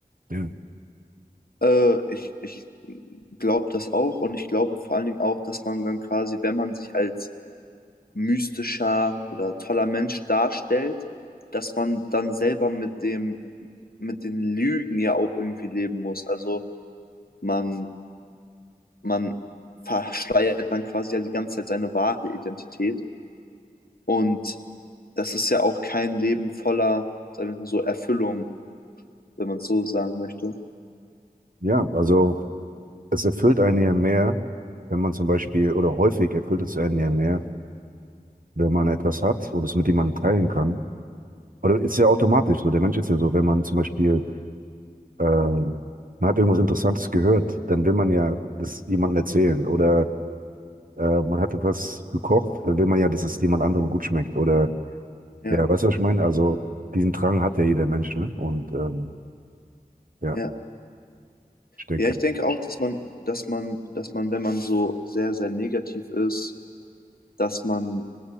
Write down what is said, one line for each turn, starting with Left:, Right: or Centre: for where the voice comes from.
Right: Ja,
Left: äh, ich, ich glaube das auch und ich glaube vor allen Dingen auch, dass man dann quasi, wenn man sich als mystischer oder toller Mensch darstellt, dass man dann selber mit dem mit den Lügen ja auch irgendwie leben muss. Also man, man verschleiert dann quasi ja die ganze Zeit seine wahre Identität. Und das ist ja auch kein Leben voller, sagen wir mal so, Erfüllung, wenn man es so sagen möchte.
Right: ja also es erfüllt einen ja mehr, wenn man zum Beispiel, oder häufig erfüllt es einen ja mehr, wenn man etwas hat und es mit jemandem teilen kann. Oder ist ja automatisch so. Der Mensch ist ja so, wenn man zum Beispiel, äh, man hat irgendwas Interessantes gehört, dann will man ja das jemandem erzählen. Oder äh, man hat etwas gekocht, dann will man ja, dass es jemand anderem gut schmeckt. Oder
Left: Ja,
Right: Ja, weißt du, was ich meine? Also, diesen Drang hat ja jeder Mensch, ne? Und ähm, ja,
Left: ja.
Right: ich denke.
Left: Ja, ich denke auch, dass man, dass man, dass man, wenn man so sehr, sehr negativ ist, dass man